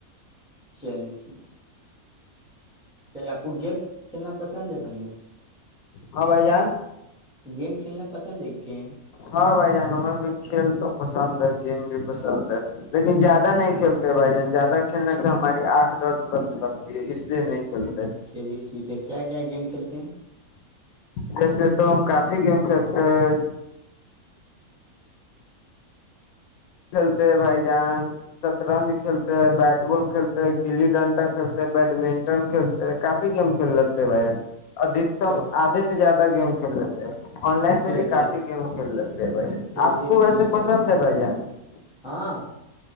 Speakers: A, in the centre; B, on the left (about 80°).
A: چلیے ٹھیک ہے چلیے آپ <unintelligible> وہ گیم کھیلنا پسند ہے بھائی <unintelligible>
B: ہاں بھائی جان
A: گیم کھیلنا <unintelligible> پسند ایک گیم <unintelligible>
B: ہاں بھائی جانو ہمیں بھی کھیل تو پسند ہے گیم بھی پسند ہے لیکن زیادہ نہیں کھیلتے بھائی <unintelligible> ن زیادہ کھیلنے سے ہمارے <unintelligible> آنکھ درد کرنے لگتا <unintelligible> تی اس لیے نہیں کل
A: شریر ٹھیک ہے <unintelligible> کیا کیا گیم کھیلتے ہیں <unintelligible>
B: جیسے تو ہم کافی گیم کھیلتے ہیں <unintelligible> کھیلتے ہیں بھائی جان شطرنج کھیلتے بیٹ بال کھیلتے گلی ڈنڈا کھیلتے بیڈمنٹن کھیلتے کافی گیم کھیل لیتے بھائی جان ادھکتم
A: چل
B: آدھے سے زیادہ <unintelligible> گیم کھیل جاتا ہیں <unintelligible> آن لائن میں
A: چلیے
B: بھی کافی گیم کھیل لیتے ہیں بھائی جان
A: چلیے
B: آپ کو
A: ٹھیک
B: ویسے پسند ہے بھائی جان <unintelligible>
A: ہاں <unintelligible>